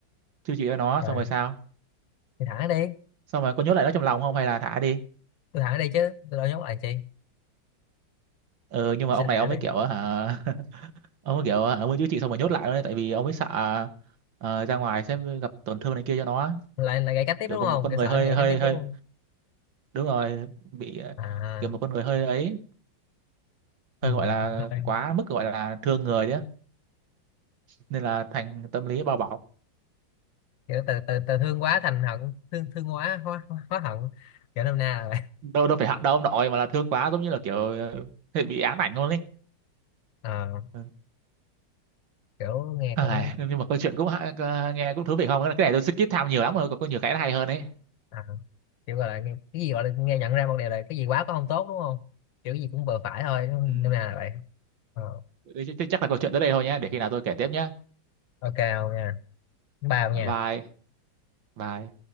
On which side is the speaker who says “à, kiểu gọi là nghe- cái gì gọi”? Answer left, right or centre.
Left